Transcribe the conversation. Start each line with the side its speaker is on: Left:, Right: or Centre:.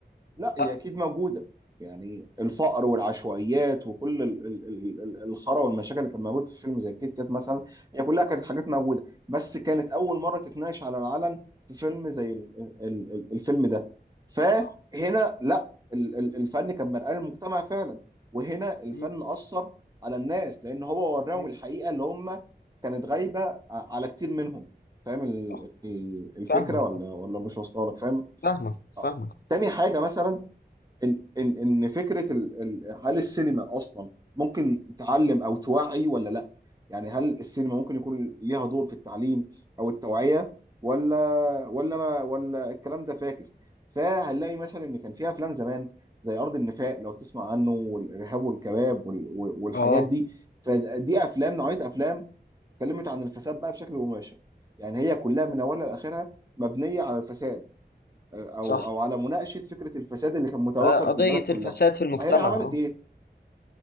Right: لا هي
Left: لا
Right: اكيد موجوده يعني الفقر والعشوائيات وكل ال- ال- ال- ال- الخرا والمشاكل اللي كانت موجوده في فيلم زي كيت كات مثلا هي كلها كانت حاجات
Left: مم.
Right: موجوده بس كانت اول مره تتناقش على العلن في فيلم زي ال- ال- ال- الفيلم ده فهنا
Left: صح
Right: لا ال- ال- الفن كان مرآة للمجتمع فعلا وهنا الفن
Left: مم.
Right: اثر على الناس لان هو وراهم
Left: مم.
Right: الحقيقه اللي هم كانت غايبه ع- على كتير منهم فاهم ال-
Left: صح
Right: ال- الفكره
Left: فاهمك
Right: ولا ولا مش واصله لك فاهم
Left: فاهمك
Right: آه.
Left: فاهمك
Right: تاني حاجه مثلا ان ان ان فكره ال... ال... هل السينما اصلا ممكن تعلم او توعي ولا لا؟ يعني هل السينما ممكن يكون ليها دور في التعليم او التوعيه ولا ولا ما ولا الكلام ده فاكس؟ فهنلاقي مثلا ان كان فيها افلام زمان زي ارض النفاق لو تسمع عنه والارهاب والكباب وال... والحاجات
Left: اه
Right: دي فدي افلام نوعيه افلام اتكلمت عن الفساد بقى بشكل مباشر يعني هي كلها من اولها لاخرها مبنيه على الفساد او
Left: صح
Right: او على مناقشه فكره الفساد اللي كان متوغل
Left: آه، قضية
Right: في البلد كلها
Left: الفساد في المجتمع
Right: فهنا عملت
Left: اه
Right: ايه